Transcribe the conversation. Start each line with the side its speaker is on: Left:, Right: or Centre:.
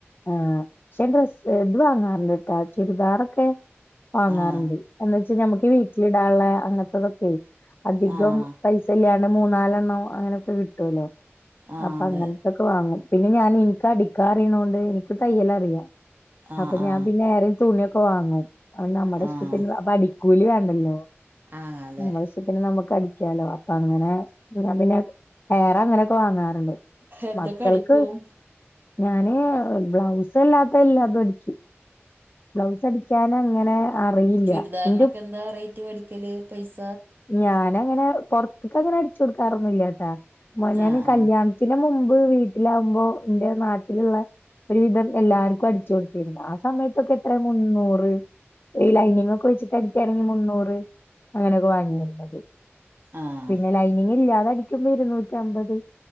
Left: ആഹ് ശെ ഡ്രസ് ഇത് വാങ്ങാറ്ണ്ട്ട്ടാ ചുരിദാറൊക്കെ വാങ്ങാറുണ്ട്
Right: ആഹ്
Left: എന്ന് ച്ചാ ഞമ്മക്ക് വീട്ടില് ഇടാൻള്ള അങ്ങൻത്തെ ഇതൊക്കെ അധികം
Right: ആഹ്
Left: പൈസ് കെല്യാണ് മൂന്നാലെണ്ണം അങ്ങനെയൊക്കെ കിട്ട്വല്ലോ
Right: ആഹ്
Left: അപ്പ
Right: അതെ
Left: അങ്ങൻ ഇതൊക്കെ വാങ്ങും. പിന്നെ ഞാൻ ഇൻക്ക് അടിക്കാ അറിണോണ്ട് എനിക്ക് തയ്യല് അറിയാ
Right: ആഹ്
Left: അപ്പം ഞാൻ
Right: ആഹ്
Left: പിന്നെ ആരെലു തുണിയൊക്കെ വാങ്ങും നമ്മടെ ഇഷ്ടത്തിന്
Right: ആഹ്
Left: അപ്പൊ അടിക്കൂലി വേണ്ടെല്ലോ.
Right: ആഹ് അതെ
Left: നമ്മളെ ഇഷ്ടത്തിന് നമ്മുക്ക് അടിക് ക്ക്യാലോ. അപ്പ അങ്ങനെ ഞാൻ പിന്നെ വേയറെ അങ്ങനെയൊക്കെ വാങ്ങാറ്ണ്ട്
Right: എന്തൊക്കെ
Left: മക്കൾക്ക്
Right: അടിക്കും
Left: ഞാന് ബ്ലൗസ് അല്ലാത്തല്ലാത് എല്ലതും അടിക്കും ബ്ലൗസ് അടിക്കാന് അങ്ങനെ അറിയില്ല
Right: ചുരിദാരിനൊക്കെ
Left: എന്റെ
Right: എന്താ റേറ്റ് വേടിക്കല് പൈസ
Left: ഞാന അങ്ങനെ പൊറത്ത്ക്ക് അങ്ങനെ അടിച്ചു കൊടുക്കാറൊന്നും ഇല്യ ട്ടാ മോൻ
Right: ആഹ്
Left: നാ കല്യാണ് ത്തിന് മുമ്പ് വീട്ടിലാകുമ്പോ ഇന്റെ നാട്ടില്ള്ളെ ഒരു വിധം എല്ലാർക്കും അടിച് കൊടുത്തിരുന്നു. ആ സമയത്തൊക്കെ എത്ര മുന്നൂറ് ഈ ലൈനിങ് ഒക്കെ വെച്ചിട്ട്ടിക്കാണെങ്കി മുന്നൂറ് അങ്ങനെ ഒക്കെ വാങ്ങിയിരുന്നത്
Right: ആഹ് ആഹ്
Left: പിന്നെ ലൈനിങ് ഇല്ലാതെ അടിക്കുമ്പോ ഇുരുനൂറ്റ അമ്പത്